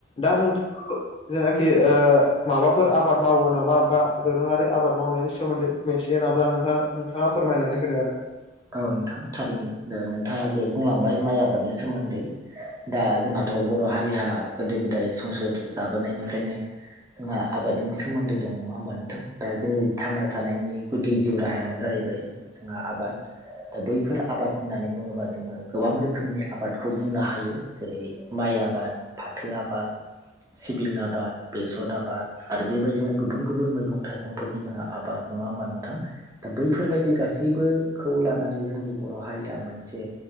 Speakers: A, on the left; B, on the right.
A: दा नोंथां जेनाखि ओ माबाफोर आबाद मावो नामा बा दोरोङारि आबाद मावनायनि सोमोन्दै मोनथि होनाब्ला नोंथाङा नोंथाङा फोरमायनानै होदो आरो
B: औ नोंथां थारैनो ओ नोंथाङा जे बुंलांबाय माइ आबादनि सोमोन्दै दा जोंहाथ' बर' हारिया गोदो गोदाय संसार जाबोनायनिफ्रायनो जोंहा आबादजों सोमोन्दो दं नङा होमबा नोंथां दा जोंनि थांना थानायनि गुदि जिउ राहायानो जाहैबाय जोंहा आबाद ओ बैफोर आबाद होननानै बुङोबा जोङो गोबां रोखोमनि आबादखौ बुंनो हायो जेरै माइ आबाद फाथो आबाद, सिबिं आबाद, बेसर आबाद आरो बेबायदिनो गुबुन गुबुन मैगं थाइगंफोरनि जाहा आबाद नङा होमबा नोंथां दा बैफोरबायदि गासैबोखौ लानानै जोंनि बर' हारिया मोनसे